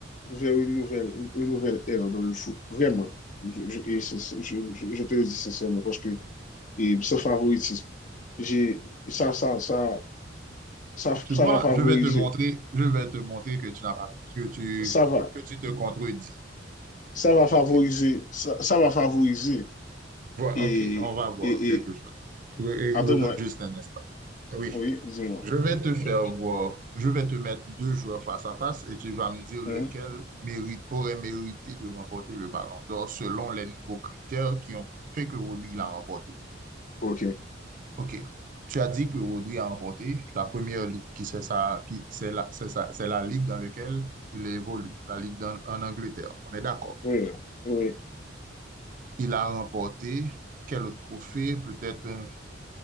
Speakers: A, on the left (about 40°); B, on the right (about 45°).
A: vers une nouvelle, une nouvelle ère dans le foot. Vraiment. Je, je- et c'est- c'est- je- je- je te le dis sincèrement parce que et ce favoritisme, j'ai, ça, ça, ça, ça,
B: Tu
A: ça
B: vois,
A: va favoriser,
B: je vais te montrer, je vais te montrer que tu n'as pas, que tu,
A: ça va,
B: que tu te contredis.
A: ça va favoriser,
B: Ok,
A: ça, ça va favoriser. Et,
B: Ok. on va voir
A: et,
B: quelque
A: et
B: chose. Re-
A: attends-moi,
B: Regarde juste un instant. Oui.
A: oui, dis-moi.
B: Je vais te faire
A: Oui.
B: voir, je vais te mettre deux joueurs face à face et tu vas me dire lequel
A: Hein?
B: mérite, aurait mérité de remporter le ballon d'or selon les nouveaux critères qui ont fait que Rodri l'a remporté.
A: Ok,
B: OK. Tu as dit que Rodri a remporté la première ligue, qui c'est ça, qui c'est la, c'est ça- c'est la ligue dans laquelle il évolue, la ligue dans- en Angleterre. On est d'accord.
A: oui, oui.
B: Il a remporté quel autre trophée? Peut-être un,